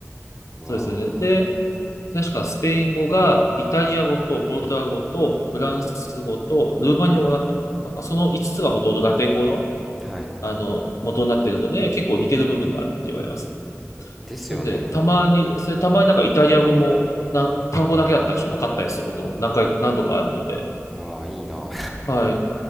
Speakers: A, in the centre; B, on the left (about 85°).
A: わ
B: そうですよね。で、確かスペイン語が、イタリア語と、ポルトガル語と、フランス語と、ルーマニア語だったかな。なんかその5つつがもともとラテン語の、
A: あ、はい。
B: あの、元になってるので、結構似てる部分があるって言われますね。
A: ですよね。
B: なので、たまに、それたまになんかイタリア語も、な、単語だけだったらちょっと分かったりすることも何回、何度かあるので、
A: わあ、いいな。
B: はい。